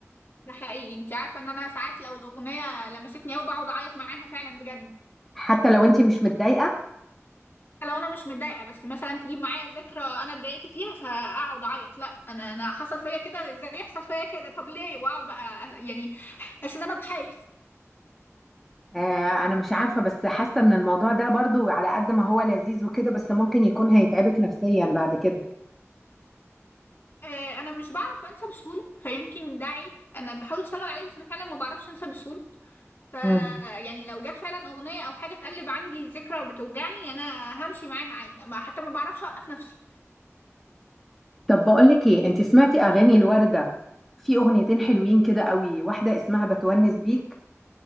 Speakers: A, on the left (about 45°); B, in the centre.
A: ده حقيقي انت عارفه ان انا ساعات لو الاغنيه لمستني قوي بقعد اعيط معاها فعلا بجد
B: حتى لو انت مش متضايقه
A: لو انا مش متضايقه بس مثلا تجيب معايا ذكرى انا اتضايقت فيها فاقعد اعيط لا انا انا حصل فيا كده زي يحصل فيا كده طب ليه واقعد بقى يعني احس ان انا ضحيه
B: آه انا مش عارفه بس حاسه ان الموضوع ده برضو على قد ما هو لذيذ وكده بس ممكن يكون هيتعبك نفسيا بعد كده
A: آه، انا مش بعرف انسى بسهوله فيمكن ده عيب انا بحاول اشتغل عليه بس انا فعلا ما بعرفش انسى بسهوله ف
B: مم.
A: يعني لو جت فعلا اغنيه او حاجه تقلب عندي ذكرى بتوجعني انا همشي معاها عادي ما حتى ما بعرفش اوقف نفسي
B: طب بقول لك ايه انت سمعتي اغاني الورده في اغنيتين حلوين كده قوي واحده اسمها بتونس بيك